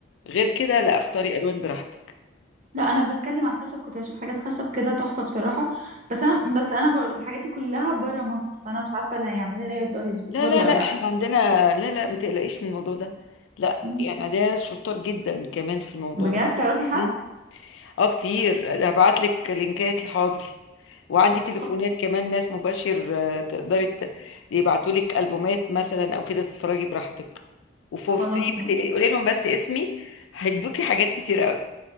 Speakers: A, on the left; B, on the right.
A: غير كده لا اختاري الوان براحتك
B: لا انا بتكلم عن خشب كنت بشوف حاجات خشب كده تحفه بصراحه بس انا بس انا بر... الحاجات دي كلها بره مصر فانا مش عارفه اللي هيعملها لي يقدر يظبطها
A: لا لا
B: لي
A: لا
B: او لا
A: احنا عندنا لا لا ما تقلقيش من الموضوع ده لا
B: مم.
A: يعني عندنا ناس شطار جدا كمان في الموضوع
B: بجد
A: ده
B: تعرفي حد
A: مم. اه كتير هبعت لك لينكات الحاضر وعندي تليفونات
B: خ...
A: كمان ناس مباشر آه، تقدري ت- يبعتوا لك البومات مثلا او كده تتفرجي براحتك وفور
B: خلاص
A: فري ما
B: ماشي
A: تقلقي قولي لهم بس اسمي هيدوكي حاجات كتير قوي